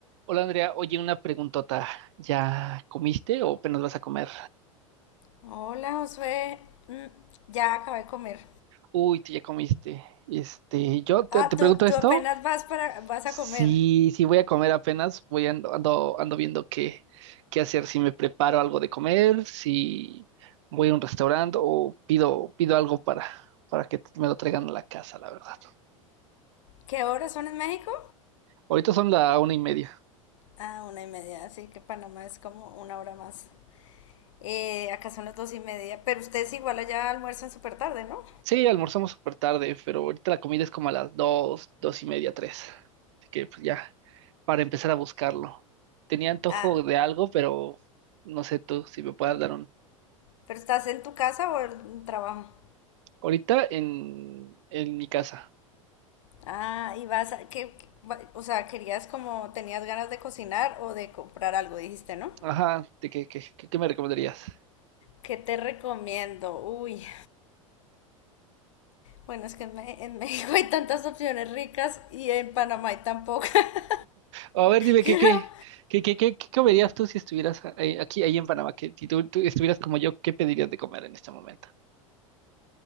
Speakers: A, on the right; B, on the left.
A: Hola Andrea, oye, una preguntota. ¿Ya comiste o apenas vas a comer?
B: Hola, Josué. Mm, ya acabé de comer.
A: Uy, tú ya comiste. Este, yo te,
B: Ah,
A: te pregunto
B: tú,
A: esto.
B: tú apenas vas para, vas
A: Si,
B: a comer.
A: si voy a comer apenas, voy ando, ando, ando viendo qué, qué hacer, si me preparo algo de comer, si voy a un restaurante o pido, pido algo para, para que me lo traigan a la casa, la verdad.
B: ¿Qué horas son en México?
A: Ahorita son la una y media.
B: Ah, una y media, así que Panamá es como una hora más. Eh, acá son las dos y media, pero ustedes igual allá almuerzan súper tarde, ¿no?
A: Sí, almorzamos súper tarde, pero ahorita la comida es como a las dos, dos y media, tres. Así que pues ya, para empezar a buscarlo. Tenía antojo
B: Ah,
A: de algo, pero no sé tú si me puedas dar un...
B: ¿pero estás en tu casa o en trabajo?
A: Ahorita en, en mi casa.
B: Ah, y vas a, que, o sea, querías como, tenías ganas de cocinar o de comprar algo, dijiste, ¿no?
A: Ajá, ¿de qué, qué, qué- qué me recomendarías?
B: ¿Qué te recomiendo? Uy, Bueno, es que en, Me- en México hay tantas opciones ricas y en Panamá hay tan pocas. <laughs>
A: O a ver, dime,
B: Pero,
A: ¿qué, qué, qué, qué, qué, qué comerías tú si estuvieras eh, aquí, ahí en Panamá? Que si tú, tú estuvieras como yo, ¿qué pedirías de comer en este momento?